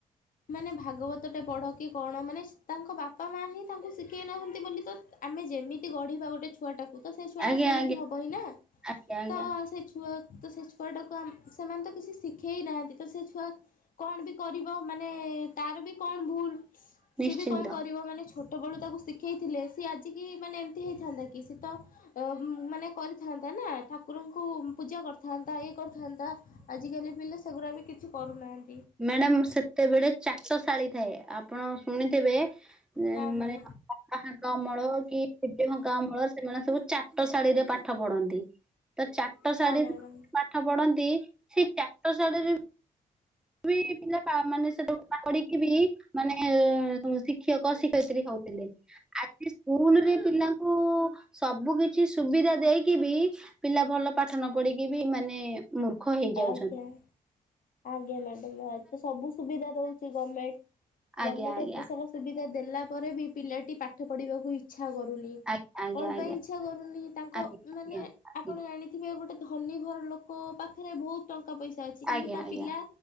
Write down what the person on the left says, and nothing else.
ମାନେ ଭାଗବତଟେ ପଢ, କି କଣ ମାନେ ତାଙ୍କ ବାପା ମା ହିଁ ତାଙ୍କୁ ଶିଖେଇ ନାହାଁନ୍ତି ବୋଲି ତ ଆମେ ଯେମିତି ଗଢିବା ଗୋଟେ ଛୁଆଟାକୁ ତ ସେ ଛୁଆଟା
ସେମିତି
ହବ ହିଁ ନା।
ତ ସେ ଛୁଆ ତ ସେ ଛୁଆଟାକୁ ଆମ୍ ସେମାନେ ତ କିଛି ଶିଖେଇ ନାହାଁନ୍ତି ତ ସେ ଛୁଆ କଣ ବି କରିବ ମାନେ ତାର ବି କଣ ଭୁଲ?
ସିଏ ବି କଣ କରିବ ମାନେ ଛୋଟବେଳୁ ତାକୁ ଶିଖ ଖେଇଥିଲେ, ସିଏ ଆଜିିକି ମାନେ ଏମତି ହେଇଥାନ୍ତା କି ସିଏ ତ ମାନେ କରିଥାନ୍ତା ନା ଠାକୁର ଙ୍କୁ ପୂଜା କରିଥାନ୍ତା, ଇଏ କରିଥାନ୍ତା, ଆଜିକାଲି ପିଲା ସେଗୁଡ଼ା ବି କିଛି କରୁନାହାଁନ୍ତି।
ହଁ ହଁ
ହଁ ମ୍ୟାଡ଼ାମ
ଆଜ୍ଞା ଆଜ୍ଞା ମ୍ୟାଡମ୍। ଏତେ ସବୁ ସୁବିଧା ଦଉଛି ଗମେଣ୍ଟ,
ଗମେଣ୍ଟ
ଏତେ ସାରା ସୁ ସୁବିଧା ଦେଲା ପରେ ବି ପିଲାଟି ପାଠ ପଢିବାକୁ ଇଚ୍ଛା କରୁନି।
କଣ
ପାଇଁ ଇଚ୍ଛା କରୁନି, ତାଙ୍କ
ମାନେ
ଆପଣ ଜାଣିଥିବେ ଗୋଟେ ଧନୀ ଘର ଲୋକ ପାଖ ଖରେ ବହୁତ ଟଙ୍କା ପଇସା ଅଛି କିନ୍ତୁ
ତା
ପିଲା